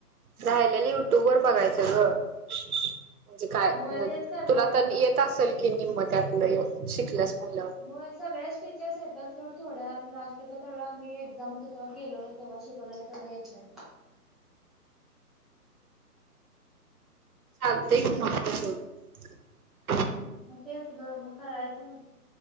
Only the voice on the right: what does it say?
राहिलेल युट्यूब वर बघायचं ग म्हणजे काय
तुला
तर
येत असेल की निम्मं त्यातलं एव शिकल्यास म्हणल्यावर
चालतंय की माग तस <unintelligible>